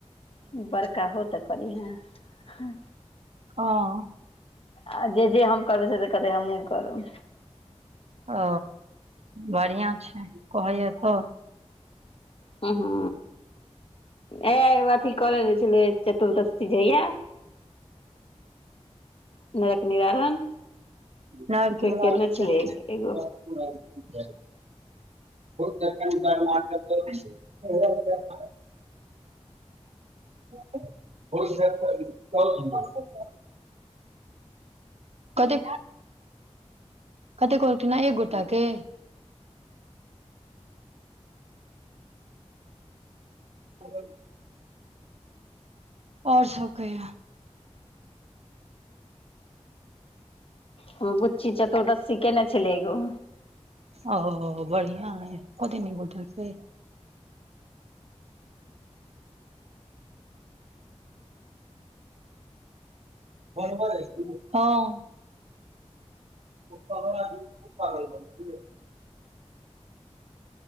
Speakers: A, on the left; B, on the right.
A: बड़का होतऽ कनी हां।
B: हँ।
A: आ जे जे हम करबै से त कहतै हमहूँ करब।
B: ओ बढ़िआँ छै कहैया तऽ।
A: हु हु। ऐ अथी क लेने छलिये चतुर्दशी जहिया नरक निवारण
B: नर
A: से
B: किन
A: केने
B: बाजै
A: छलिया
B: छथिन
A: एगो।
B: <unintelligible> <unintelligible> <inaudible> कथी कथि कलखिन है एक गोटा के। <unintelligible> और सब कहियो।
A: हमर बुच्ची चतुर्दशी केने छलै एगो।
B: ओ बढ़िआ अइ <unintelligible> से। बनबऽ जाय छी, हँ। <unintelligible>